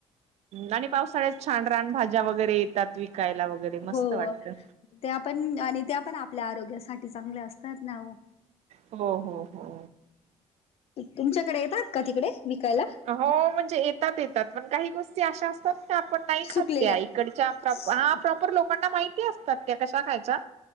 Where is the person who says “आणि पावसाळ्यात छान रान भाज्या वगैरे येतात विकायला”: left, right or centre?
Right